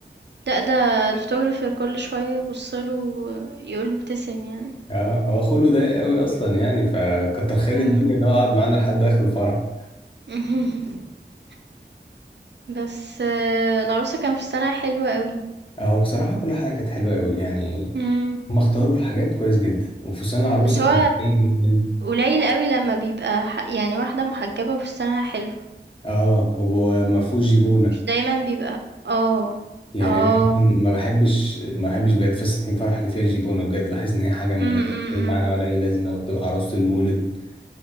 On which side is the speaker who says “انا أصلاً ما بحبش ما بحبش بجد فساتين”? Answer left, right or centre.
Left